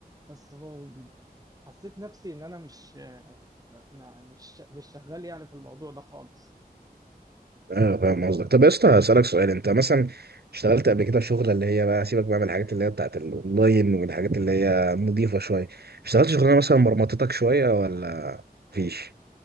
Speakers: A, on the right; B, on the right.
A: بس هو- حسيت نفسي ان انا مش ما- مش مش شغال يعني في الموضوع ده خالص
B: ايوه فاهم قصدك طب يا اسطى هسألك سؤال انت مثلا اشتغلت قبل كده في شغله اللي هي بقى سيبك بقى من الحاجات اللي هي بتاعت الاونلاين والحاجات اللي هي نظيفه شويه اشتغلت شغلانه مثلا مرمطتك شويه ولا مفيش